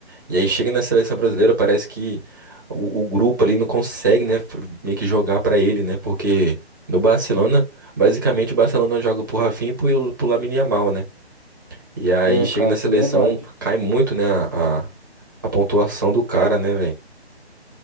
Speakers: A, on the right; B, on the right.
A: E aí chega na seleção brasileira, parece que o, o grupo ali não consegue, né, f- meio que jogar pra ele, né? Porque no Barcelona, basicamente o Barcelona joga pro Rafinha e pro, pro Lamine Yamal, né? E aí
B: É,
A: chega
B: cara,
A: na
B: isso
A: seleção,
B: é verdade.
A: cai muito, né, a, a a pontuação do cara, né, velho?